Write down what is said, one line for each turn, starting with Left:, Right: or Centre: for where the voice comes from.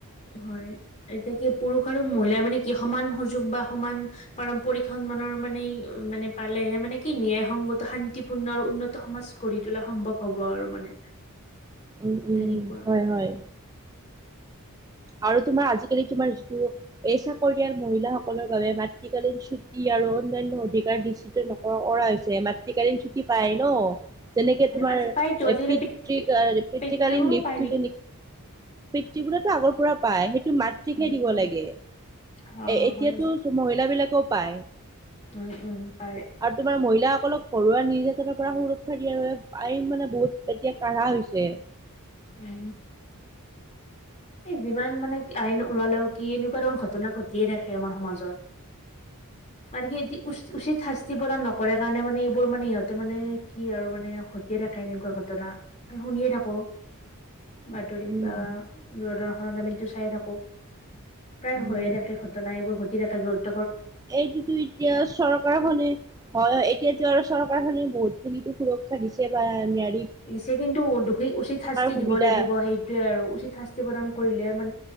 Left: হয়। এতিয়া কি পুৰুষৰো মহিলাই মানে কি সমান সুযোগ বা সমান পাৰম্পৰিক সন্মানৰ মানে মানে পালেহে মানে কি কিনিয়ে সংগত শান্তিপূৰ্ণ আৰু উন্নত সমাজ গঢ়ি তোলা সম্ভৱ হ'ব আৰু মানে।
Right: উম, উম,
Left: তেনেকুৱা
Right: উম, হয় হয়। আৰু তোমাৰ আজিকালি তোমাৰ যিটো এই চাকৰিয়াল মহিলাসকলৰ বাবে মাতৃকালীন ছুটি আৰু অন্যয়ান্য অধিকাৰ নিশ্চিত নকৰা কা হৈছে, মাতৃকালীন ছুটী পাই ন'। যেনেকে তোমাৰ
Left: আজি পাইতো আজিকালি
Right: পিতৃ-পিতৃকালীন
Left: পেটটোও
Right: লিপটো
Left: পায় নেকি
Right: যেনে পিতৃবোৰেটো আগৰ পৰা পায়, সেইটো মাতৃকহে
Left: উম
Right: দিব
Left: উম
Right: লাগে। এ,
Left: অ
Right: এতিয়াতো
Left: হয়
Right: মহিলাবিলাকেও পায়। আৰু
Left: উম উম পাৰে
Right: তোমাৰ মহিলাাসকলক ঘৰুৱা নিৰ্যাতনৰ পৰা সুৰক্ষা দিয়াৰ বাবে আইন মানে বহুত এতিয়া কাঢ়া হৈছে।
Left: উম। এই যিমান মানে আইন ওলালেও কি এনেকুৱা ধৰণৰ ঘটনা ঘটিয়ে থাকে আমাৰ সমাজত। মানে কি এ, উচ-উচিত শাস্তি প্ৰদান নকৰে কাৰণে মানে এইবোৰ মানে ইহঁতে মানে কি আৰু মানে ঘটিয়ে থাকে এনেকুৱা ঘটনা শুনিয়ে থাকোঁ।
Right: <inaudible>
Left: বাতৰিত
Right: উম
Left: বা ৰদৰ্শনত আমিটো চায়ে থাকোঁ। প্ৰায়
Right: উম
Left: হৈয়ে থাকে ঘটনা এইবোৰ ঘটি থাকে ৰ'ত
Right: এইটোতো এতিয়া চৰকাৰখনে হয় এতিয়াতো আৰু চৰকাৰখনে বহুত খিনিতো সুৰক্ষা দিছে বা ন্যায়
Left: দিছে কিন্তু দোষীক উচিত শাস্তি
Right: সুবিধা
Left: দিব লাগিব সেইটোয়ে আৰু উচিত শাস্তি প্ৰদান কৰিলে মানে